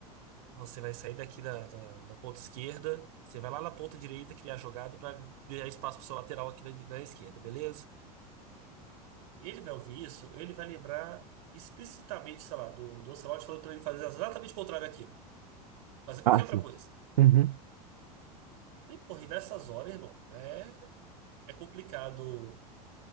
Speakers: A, on the right; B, on the right.
A: você vai sair daqui da, da, da ponta esquerda, você vai lá na ponta direita criar jogada para criar espaço pro seu lateral aqui na, na esquerda, beleza? Ele vai ouvir isso, ele vai lembrar explicitamente, sei lá, do, do Ancelotti falando pra ele fazer exatamente o contrário daquilo. Fazer qualquer
B: Ah,
A: outra
B: sim.
A: coisa.
B: Uhum.
A: E, porra, e nessas horas, irmão, é, é complicado